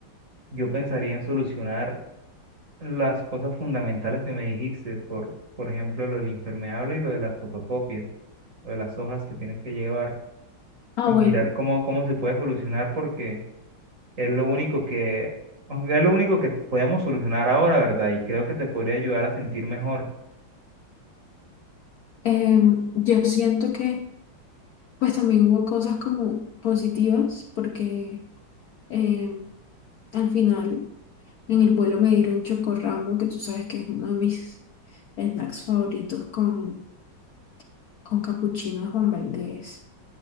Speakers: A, on the right; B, on the left.
A: Yo pensaría en solucionar. las cosas fundamentales que me dijiste, por, por ejemplo, lo del impermeable y lo de las fotocopias lo de las hojas que tienes que llevar,
B: ah
A: eh, mirar
B: bueno,
A: cómo, cómo se puede solucionar, porque es lo único que, es lo único que podemos solucionar ahora, ¿verdad? Y creo que te podría ayudar a sentir mejor.
B: em, yo siento que pues también hubo cosas como positivas porque em, al final en el vuelo me dieron chocorramo, que tú sabes que es uno de mis snacks favoritos con, con capuchino de Juan Valdez.